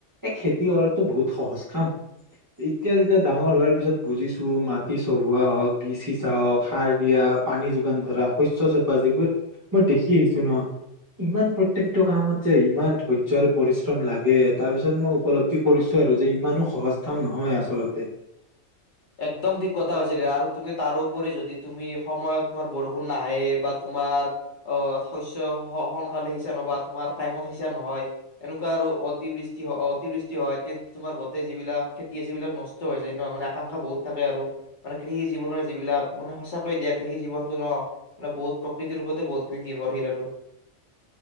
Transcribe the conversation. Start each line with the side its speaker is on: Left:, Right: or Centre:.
Right: এই খেতি কৰাতো বহুত সহজ কাম এতিয়া যেতিয়া ডাঙৰ হোৱাৰ পিছত বুজিছো মাটি চহুৱো হওক বীজ সিচা হওঁক সাৰ দিয়া পানী যোগান ধৰা শস্য চপা যিবোৰ মই দেখি আহিছো? ্ ন ইমান প্ৰত্যেকটো কামত যে ইমান ধৈৰ্য্য আৰু পৰিশ্ৰম লাগে তাৰপিছত মই। উপলব্ধি কৰিছো আৰু যে ইমানো? সহজ কাম নহয় আচলতে।
Left: একদম ঠিক কথা কৈছা দিয়া আৰু তুমি তাৰোপৰি যদি তুমি সময়ত তোমাৰ বৰষুণ নাহে বা তোমাৰ অ শস্য সোনকালে সিঁচা নহব তোমাৰ টাইমত সিঁচা নহয় এনেকোৱা আৰু অতিবৃষ্টি অতিবৃষ্টি হয় তেন্তে তোমাৰ গোটে যিবিলাক খেতি আছে সেবিলাক নষ্ট হৈ যায় ন মানে। আকাংক্ষা বহুত থাকে আৰু মানে কৃষি জীৱনৰ যিবিলাক মানে সঁচাকৈয়ে দিয়া কৃষি জীৱনতটো ন মানে বহুত প্ৰকৃতিৰ ওপৰতে বহুতখিনি নিৰ্ভৰশীল আৰু।